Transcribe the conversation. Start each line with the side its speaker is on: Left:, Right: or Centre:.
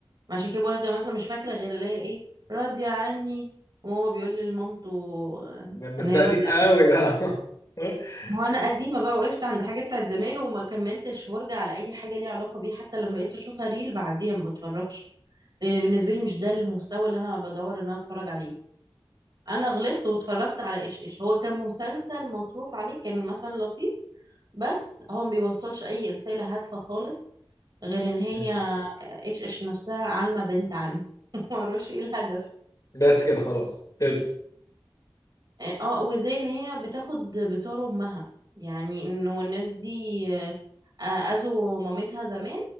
Right: ما عشان كده بقول لك انا مثلا مش فاكره غير الاقي ايه راضيه عني وهو بيقول لمامته آه،
Left: بس
Right: ان
Left: ده
Right: هي راضيه
Left: قديم قوي
Right: عني
Left: ده <laughs>
Right: هو انا قديمه بقى وقفت عند حاجه بتاعت زمان وما كملتش فرجه على اي حاجه ليها علاقه بيه حتى لما بقيت اشوفها ريل بعديها ما بتفرجش لان بالنسبه لي مش ده المستوى اللي انا بدور ان انا اتفرج عليه انا غلطت واتفرجت على ايش ايش هو كان مسلسل مصروف عليه كان مثلا لطيف بس هو ما بيوصلش اي رسالة هادفة خالص غير ان هي
Left: مم.
Right: آه، ايش ايش نفسها عالمة بنت عالمة <laughs> معرفش ايه الهدف
Left: بس كده خلاص خلص
Right: اه وزي ان هي بتاخد بتار امها يعني انه الناس دي آه، اذوا مامتها زمان